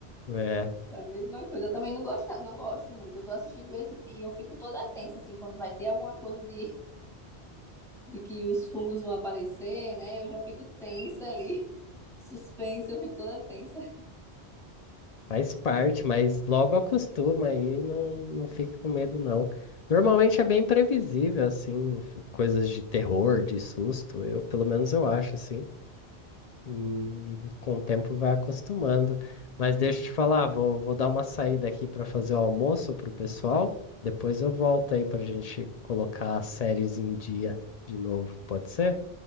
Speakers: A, on the left; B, in the centre.
A: É,
B: Foi a mesma coisa. Eu também não gosto, não gosto muito. Eu tô assistindo esse e eu fico toda tensa, assim, quando vai ter alguma coisa de, de que os fungos vão aparecer, né? Eu já fico tensa ali. <laughs> Suspense, eu fico toda tensa.
A: faz parte, mas logo acostuma aí, não, não fique com medo não. Normalmente é bem previsível, assim, f- coisas de terror, de susto, eu, pelo menos eu acho, assim. Hum, e com o tempo vai acostumando. Mas deixa eu te falar, vou, vou dar uma saída aqui para fazer o almoço para o pessoal. Depois eu volto aí para a gente colocar as séries em dia de novo, pode ser?